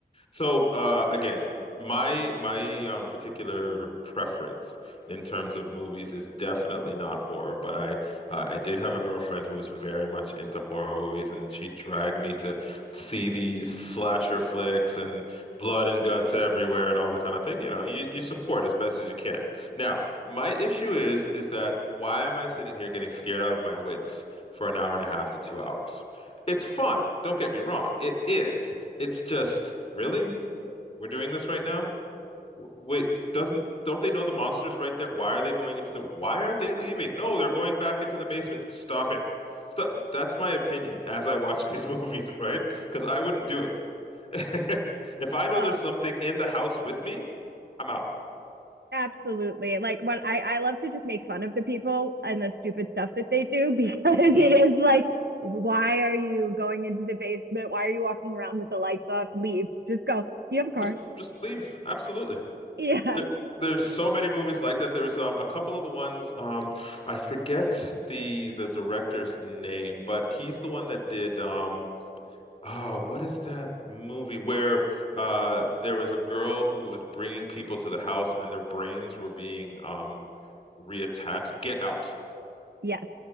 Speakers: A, on the left; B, on the right.
A: So uh, again, my my um, particular preference in terms of movies is definitely not horror, but I uh, I did have a girlfriend who was very much into horror movies, and she dragged me to see these slasher flicks and blood and guts everywhere and all that kind of thing. You know, you, you support as best as you can. Now, my issue is is that why am I sitting here getting scared out of my wits for an hour and a half to two hours? It's fun, don't get me wrong. It is. It's just, really? We're doing this right now? W- Wait, doesn't don't they know the monster's right there? Why are they going into the why aren't they leaving? No, they're going back into the basement. Stop it. Stop. That's my opinion as I watch these <laughs> movies, right? Because I wouldn't do it. <laughs> If I know
B: Oh,
A: there's something in the house with me, I'm out.
B: absolutely. Like what I I love to just make fun of the people and the stupid stuff that they do because <laughs>
A: hmm
B: it is like why are you going into the basement? Why are you walking around with the lights off? Leave. Just go. You have a car.
A: Just
B: <laughs>
A: just leave. Absolutely.
B: Yes.
A: There, there's so many movies like that. There's um a couple of the ones um I forget the the director's name, but he's the one that did um Oh, what is that movie where uh there was a girl who was bringing people to the house and their brains were being um reattached? Get Out.
B: Yes.